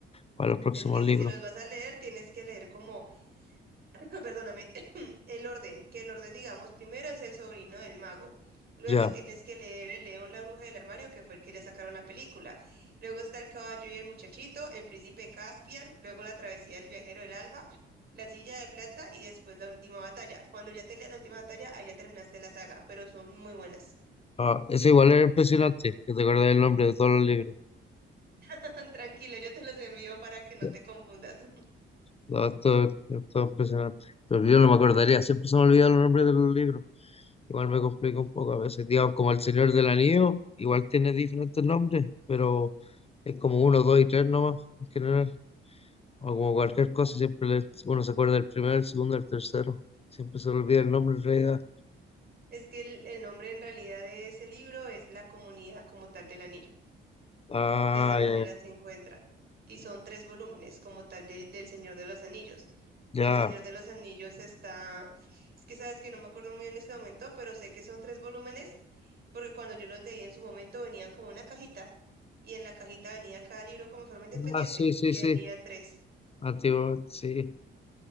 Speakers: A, on the left (about 30°); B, on the right (about 55°).
A: para los próximos
B: Es que si,
A: libros.
B: si los vas a leer, tienes que leer como, <clears throat> <laughs> perdóname, el orden, que el orden, digamos, primero es el sobrino del mago. Luego
A: Ya,
B: tienes que leer El León, la bruja del armario, que fue el que le sacaron la película. Luego está El caballo y el muchachito, El príncipe Caspian, luego La travesía del viajero del alba, La silla de plata y después La última batalla. Cuando ya te leas La última batalla, ahí ya terminaste la saga, pero son muy buenas.
A: ah, eso igual era impresionante, que te acordás el nombre de todos los libros.
B: <laughs> Tranquilo, yo te los envío para que no
A: Ya,
B: te confundas. <laughs>
A: Todo, todo, impresionante. Pero yo no me acordaría, siempre se me olvidan los nombres de los libros. Igual me complica un poco a veces, digamos, como El Señor del Anillo, igual tiene diferentes nombres, pero es como uno, dos y tres nomás en general, o como cualquier cosa, siempre le- uno se acuerda del primero, el segundo, el tercero, siempre se le olvida el nombre en realidad.
B: Es que el, el nombre en realidad de ese libro es La comunidad como tal del anillo.
A: Ah,
B: De esa manera
A: ya,
B: se encuentra. Y son tres volúmenes, como tal, del, del Señor de los Anillos.
A: ya.
B: Del Señor de los Anillos está, es que sabes que no me acuerdo muy bien en este momento, pero sé que son tres volúmenes, porque cuando yo los leí en su momento venían como una cajita, y en la cajita venía cada libro como de forma independiente,
A: Ah, sí, sí,
B: y
A: sí,
B: venían tres.
A: antiguo, sí,